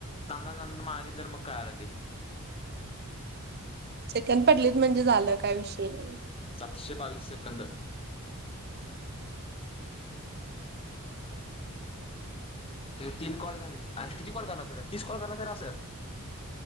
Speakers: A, on the left; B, on the right.
A: तां मागे तर मग कायलं ते.
B: सेकंड पडलेत म्हणजे झालं काय विषय नाही.
A: पाचशे बावीस सेकंद. तर तीन कॉल झाले आ किती कॉल कराय लागत्यात तीस कॉल <unintelligible> असं